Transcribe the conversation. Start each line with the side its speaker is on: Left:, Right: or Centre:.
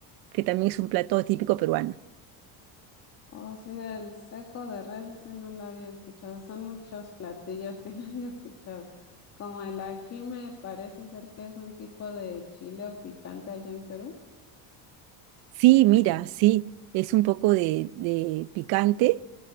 Right: que también es un plato típico peruano.
Left: Oh, sí, del seco de res, ese no lo había escuchado. Son muchos platillos que <laughs> no había escuchado. Como el ají me parece ser que es un tipo de chile o picante allá en Perú.
Right: Sí, mira, sí, es un poco de, de picante